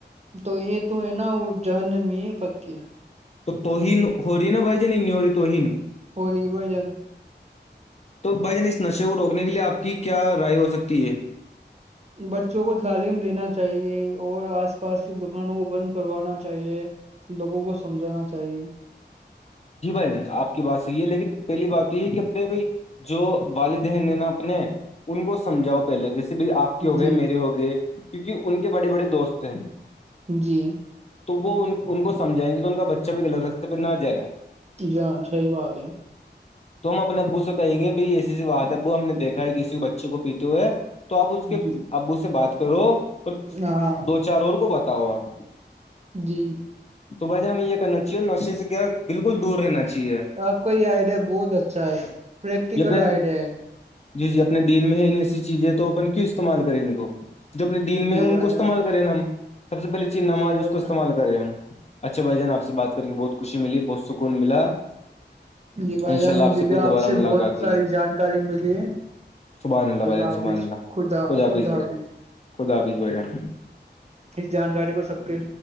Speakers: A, on the right; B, on the left.
A: تو یہ تو ہے نا جن میں پکی
B: تو تو ہی ہو رہی ہے نا بھائی ج ن نہیں ہو رہی تو ہی نہیں
A: ہوی بھجن
B: تو بھائی جان اس نشے کو روکنے کے لیے آپ کی کیا رائے ہو سکتی ہے
A: بچوں کو تعلیم دینا چاہیے اور آس پاس کی دکانوں کو بند کروانا چاہیے لوگوں کو سمجھانا چاہیے
B: جی بھائی آپ کی بات صحیح ہے لیکن پہلی بات تو یہ ہے کہ اپنے بھائی جو والد ہیں نے نا اپنے ان کو سمجھاؤ کہ پہلے جیسے بھی آپ کے ہو گئے
A: جی
B: میرے ہو گئے کیونکہ ان کے بڑے بڑے دوست ہیں
A: جی
B: تو وہ ان ان کو سمجھائیں گی تو ان کا بچہ بھی غلط راستے پہ نہ جائے
A: جاں صحیح بات ہے
B: تو ہم اپنے ابو سے کہیں گے بھائی ایسی ای سی بات ہے ابو ہم نے دیکھا ہے کسی بچے کو پیتے ہوئے ہے تو آپ اس کے
A: جی
B: ابو سے بات کرو اور
A: ہاں
B: دو چار اور کو بتاؤ آپ
A: جی
B: تو بھائی جان ہمیں یہ کرنا چاہیے نشے سے کیا بالکل دور رہنا چاہیے
A: آپ کا یہ آئیڈیا بہت اچھا ہے پریکٹیکل
B: اپنے
A: آئیڈیا ہے
B: جی جی اپنے دین میں ہے ن ایسی چیزیں تو اپن کیوں استعمال کریں ان کو جو اپنے دین
A: جی
B: میں ہے ان
A: بھائی
B: کو استعمال
A: جان
B: کریں نا ہم سب سےہے چین نماز
A: جی بھائی
B: اس کو استعمال
A: جان
B: کر اچھا بھائی جان آپ سے بات کر کے بہت خوشی ملی بہت سکون ملا
A: جی
B: ان
A: بھائی
B: شاء
A: جان
B: اللہ
A: مجھے بھی
B: پھر
A: آپ
B: دوبارہ
A: سے
B: ملاقات
A: بہت
B: ہوگی
A: ساری جانکاری ملی ہے
B: سبحان
A: اللہ
B: بھائی جان
A: حافظ
B: سبحان اللہ
A: خدا خدا
B: بھائی
A: حافظ
B: خدا حافظ بھائی جان
A: اس جانکاری کو سب کے